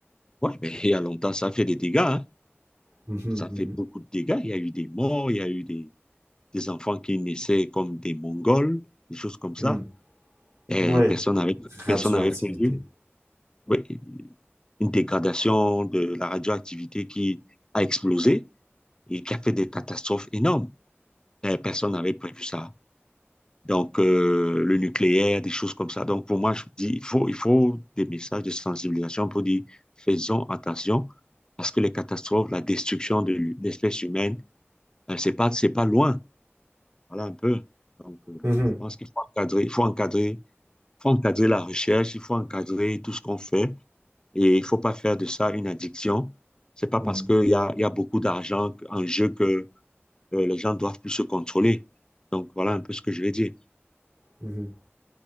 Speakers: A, on the left; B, on the right.
A: Ouais, mais il y a longtemps, ça a fait des dégâts, hein.
B: Mhm,
A: Ça
B: mhm.
A: fait beaucoup de dégâts. Il y a eu des morts, il y a eu des, des enfants qui naissaient comme des Mongols, des choses comme ça.
B: Hmm.
A: Et
B: Ouais.
A: personne n'avait
B: Radioactivité.
A: personne n'avait prévu. oui, une dégradation de la radioactivité qui a explosé et qui a fait des catastrophes énormes. Euh, Personne n'avait prévu ça. Donc, euh, le nucléaire, des choses comme ça. Donc, pour moi, je dis, il faut, il faut des messages de sensibilisation pour dire, faisons attention, parce que les catastrophes, la destruction de l'espèce humaine, euh, c'est pas, c'est pas loin. Voilà un peu. Donc, euh,
B: Mhm,
A: je pense qu'il faut encadrer, il faut encadrer, il faut encadrer la recherche, il faut encadrer tout ce qu'on fait Et il faut pas faire de ça une addiction. C'est pas
B: mhm,
A: parce qu'il y a, il y a beaucoup d'argent en jeu que euh, les gens doivent plus se contrôler. Donc voilà un peu ce que je vais dire.
B: mhm.